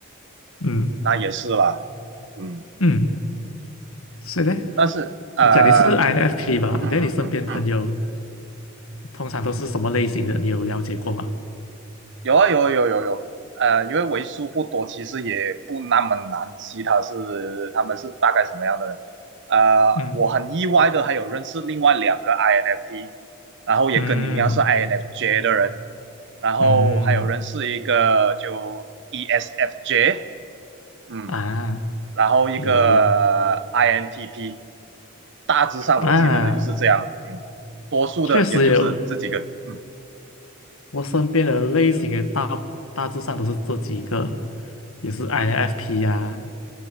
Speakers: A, on the left (about 70°); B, on the right (about 60°).
A: 嗯
B: 那也是啦，嗯。
A: 嗯，所以呢，
B: 但是呃，
A: 你讲你是 INFP 吧？
B: 嗯嗯嗯嗯，
A: 那你身边朋友？通常都是什么类型的？你有了解过吗？
B: 有啊有啊有啊有啊有啊呃，因为为数不多，其实也不那么难记他是他们是大概什么样的人。呃，
A: 嗯
B: 我很意外的还有认识另外两个 INFP，然后也跟你一样是
A: 嗯
B: INFJ 的人，然后还有认识一个就
A: 嗯
B: ESFJ，嗯，
A: 啊，
B: 然后一个
A: 有有有
B: INTP，大致上我记得的就是这样，
A: 啊，
B: 嗯，多数的也就是这几个，
A: 确实有。
B: 嗯
A: 我身边的类型的大大致上都是这几个，也是 INFP 呀、